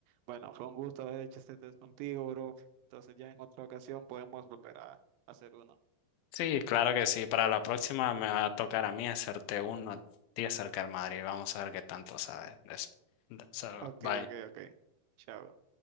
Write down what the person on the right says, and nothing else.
bueno, fue un gusto haber hecho este test contigo, bro. Entonces ya en otra ocasión podemos volver a hacer uno.
Ok,
ok, ok. Chao.